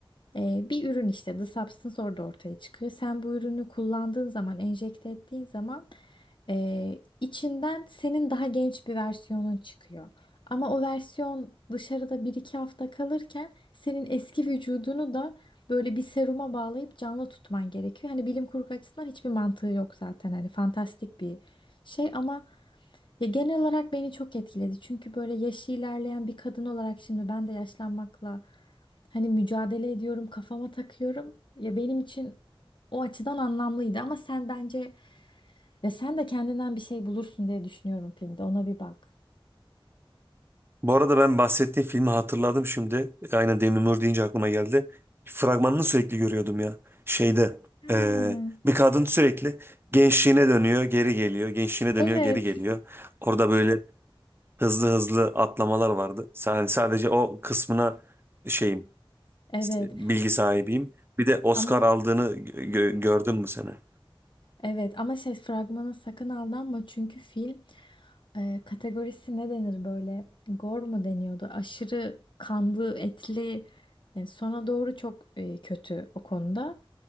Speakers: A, on the left (about 60°); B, on the right (about 25°).
A: Ee, bir ürün işte The Substance orada ortaya çıkıyor. Sen bu ürünü kullandığın zaman, enjekte ettiğin zaman ee, içinden senin daha genç bir versiyonun çıkıyor. Ama o versiyon dışarıda bir iki hafta kalırken senin eski vücudunu da böyle bir seruma bağlayıp canlı tutman gerekiyor. Hani bilim kurgu açısından hiçbir mantığı yok zaten. Hani fantastik bir şey ama ya genel olarak beni çok etkiledi. Çünkü böyle yaşı ilerleyen bir kadın olarak şimdi ben de yaşlanmakla hani mücadele ediyorum, kafama takıyorum. Ya benim için o açıdan anlamlıydı ama sen bence ya sen de kendinden bir şey bulursun diye düşünüyorum filmde. Ona bir bak.
B: Bu arada ben bahsettiğim filmi hatırladım şimdi. Aynen Demi Moore deyince aklıma geldi. Fragmanını sürekli görüyordum ya. Şeyde
A: Ha.
B: eee, bir kadın sürekli gençliğine dönüyor, geri geliyor. Gençliğine
A: Evet.
B: dönüyor, geri geliyor. Orada böyle hızlı hızlı atlamalar vardı. Yani sadece o kısmına şeyim,
A: Evet.
B: bilgi sahibiyim. Bir de Oscar
A: Ama
B: aldığını gö- gördün mü sen?
A: evet ama şey fragmana sakın aldanma çünkü film e, kategorisi ne denir böyle? Gore mu deniyordu? Aşırı kanlı, etli. Yani sona doğru çok e, kötü o konuda.